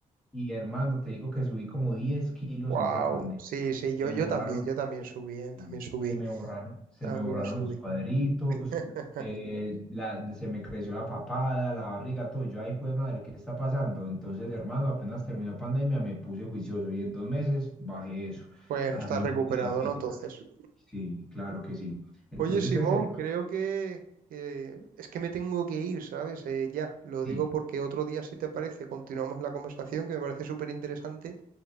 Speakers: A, in the centre; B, on the right.
A: y hermano, te digo que subí como 10 kilos
B: Wow.
A: en esa pandemia
B: <laughs> Sí, sí, yo,
A: se
B: yo
A: me borraron,
B: también, yo también subí, ¿eh?
A: y
B: También subí,
A: Se me borraron, se
B: también
A: me borraron
B: subí.
A: los cuadritos,
B: <laughs>
A: eh, la- se me creció la papada, la barriga, todo. Yo, ay, de madre, ¿qué está pasando? Entonces, hermano, apenas terminó pandemia, me puse juicioso y en dos meses bajé eso,
B: Bueno,
A: haciendo
B: estás recuperado,
A: actividad física.
B: ¿no? Entonces.
A: Sí, claro que sí. Entonces,
B: Oye, Simón,
A: ese,
B: creo que, que- es que me tengo que ir, ¿sabes? Eh, ya, lo
A: sí,
B: digo porque otro día, si te parece, continuamos la conversación, que me parece súper interesante,